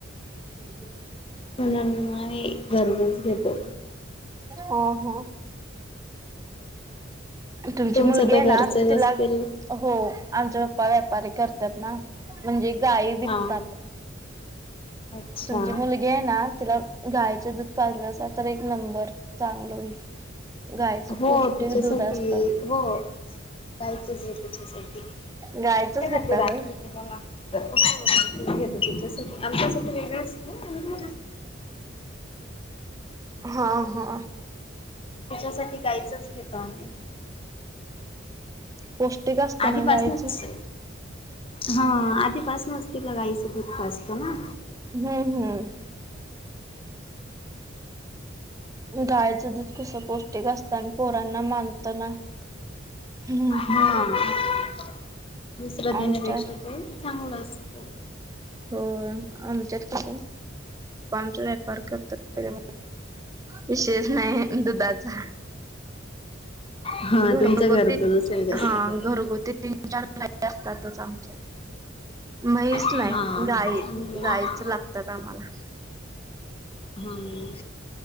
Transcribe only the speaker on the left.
नाहीही घरचच घेतो
तुमचं
तर
घरचेच
असतील
हा अच्छा
हो
तिच्यासाठी
हो गाईचं दूध तिच्यासाठी
मध्य
रात्री
ते म येत हो दूध घेतो तिच्यासाठी आमच्यासाठी वेगळं असतं आणिुम
तिच्यासाठी गाईचं च घेतो आम्ही
आधीपासूनच
हा आधीपासूनच तिला गाईचं दूध पाजतो ना
हा दुसरं देण्यापेक्षा
ते चांगलं असतं
हा
तुमचं घरचंच असेल जास्त
करून
हा
चांगलं
हम्म